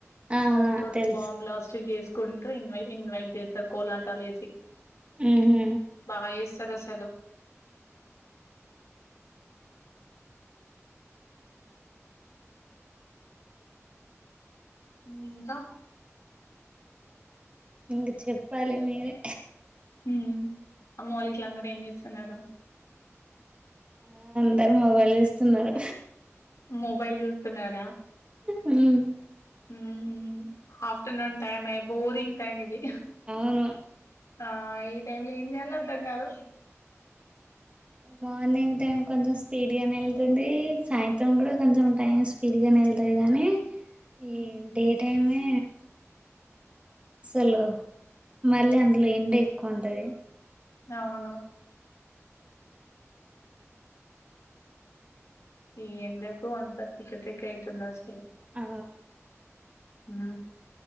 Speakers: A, on the right (about 25°); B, on the left (about 80°).
A: ఆ
B: స్మోక్ తోటి
A: తెలుసు
B: బాంబ్ బ్లాస్ట్ చేసుకుంటూ ఇన్వై ఇన్వైట్ చేస్తారు కోలాటాలు యేసి
A: ఉహు
B: బాగజేస్ స్తరు అసలు ఉమ్ ఇంకా
A: ఇంగ చెప్పాలి మీరే
B: ఉమ్ అమ్మ వాళ్ళు ఇట్లందరూ ఏం జేస్తున్నారు
A: ఆ అందరు మొబైల్ జూస్తున్నారు
B: మొబైల్ జూస్తున్నారా
A: ఉమ్
B: ఉమ్ ఆఫ్టర్నూన్ టైమే బోరింగ్ టైమ్ ఇది
A: అవును
B: ఆ ఈ టైమ్ లో ఏం జేయాలో అర్థంగాదు
A: మార్నింగ్ టైం కొంచెం స్పీడ్ గా యెళ్తుంది సాయంత్రం కూడా కొంచెం టైం స్పీడ్ గా యెళ్తది గానీ ఈ
B: ఉమ్.
A: డే టైమే
B: <inaudible>
A: అసలు మళ్ళీ అందులో ఎండ ఎక్కువ ఉంటది
B: అవును ఈ ఎండకు అంత తిక్కతిక్కైతుంది అసలు
A: అ
B: ఉమ్